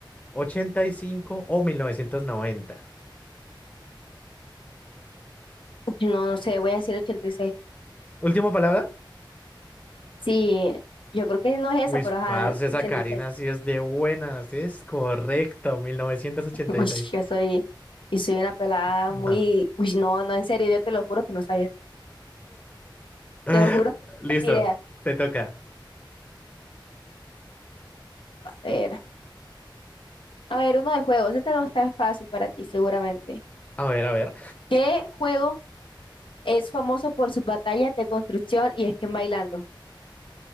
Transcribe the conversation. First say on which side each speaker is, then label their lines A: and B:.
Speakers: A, on the left (about 15°); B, on the left (about 75°).
A: ochenta y cinco o 1990.
B: No, no sé, voy a decir 86.
A: ¿Última palabra?
B: Sí, yo creo que no es eso,
A: Uy,
B: pero ajá,
A: parce, esa
B: 86.
A: Karina sí es de buenas. sí Es correcto, Mil novecientos ochenta
B: <laughs> Uy,
A: y seis.
B: yo soy, y soy una pelada
A: No.
B: muy... Uy, no, no, en serio, yo te lo juro que no sabía.
A: <laughs>
B: Te lo juro que no
A: Listo,
B: tengo ni idea.
A: te toca.
B: A ver, a ver, uno de juegos. Este va a estar fácil para ti, seguramente.
A: A ver, a ver.
B: ¿Qué juego es famoso por sus batallas de construcción y esquema bailando?